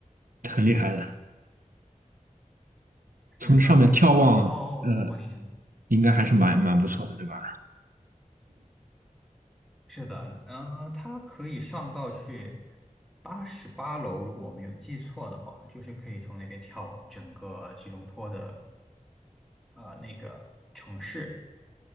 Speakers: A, on the right; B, in the centre.
A: 很厉害的，
B: 是的，
A: 从上面眺望，
B: 然后如果你想，
A: 呃，应该还是蛮蛮不错的，
B: 嗯，
A: 对吧？
B: 是的，嗯、呃，它可以上到去八十八楼，如果我没有记错的话，就是可以从那边眺望整个吉隆坡的呃那个城市。